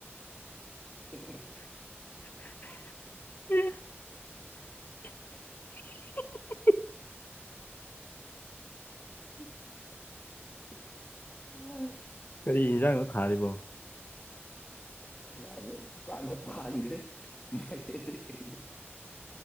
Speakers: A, on the left; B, on the left.
A: <unintelligible>
B: <unintelligible>
A: <unintelligible>
B: ꯀꯔꯤ ꯌꯦꯟꯖꯥꯡꯅꯣ ꯊꯥꯔꯤꯕꯣ
A: <unintelligible>